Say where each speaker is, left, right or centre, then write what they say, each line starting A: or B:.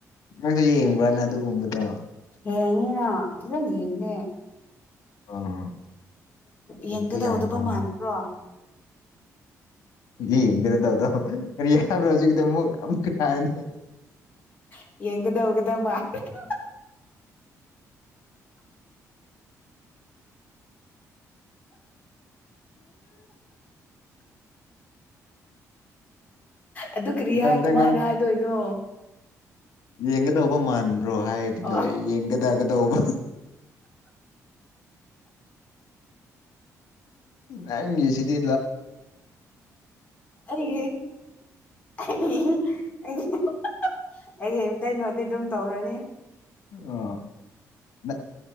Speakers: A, on the left; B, on the left.
A: ꯅꯪꯁꯨ ꯌꯦꯡꯕ꯭ꯔꯅ ꯑꯗꯨꯒꯨꯝꯕꯗꯣ
B: ꯉꯤꯅ ꯐꯖꯅ ꯌꯡꯅꯦ
A: ꯑꯥ ꯌꯦꯡꯗꯤ
B: ꯌꯦꯡꯒꯗꯧꯗꯕ
A: ꯌꯥꯝ ꯐꯪꯉꯦ
B: ꯃꯥꯟꯗ꯭ꯔꯣ
A: ꯌꯦ ꯀꯗ ꯇꯧꯗ ꯀꯔꯤ ꯍꯥꯏꯕ꯭ꯔꯥ ꯍꯧꯖꯤꯛꯗꯤ ꯑꯃꯨꯛ ꯀꯥ ꯍꯥꯏꯌꯨꯅꯤ
B: <unintelligible> ꯑꯗꯨ ꯀꯔꯤ
A: ꯅꯊꯟꯇ
B: ꯍꯥꯏ ꯀꯃꯥꯏꯅ
A: ꯉꯥꯡ
B: ꯍꯥꯏꯗꯣꯏꯅꯣ
A: ꯌꯦꯡꯒꯗꯧꯕ ꯃꯥꯟꯕ꯭ꯔꯣ ꯍꯥꯏꯔꯗꯤ
B: ꯑꯣ
A: ꯂꯣꯏꯔꯦ ꯌꯦꯡꯒꯗꯒꯗꯧꯕ ꯅꯪꯒꯤꯁꯤꯗꯤ
B: ꯑꯩ ꯑꯩꯒꯤ ꯑꯩꯒꯤ ꯏꯝꯇꯩꯅꯣꯗꯤ ꯑꯗꯨꯝ ꯇꯧꯔꯅꯤ
A: ꯑ ꯅ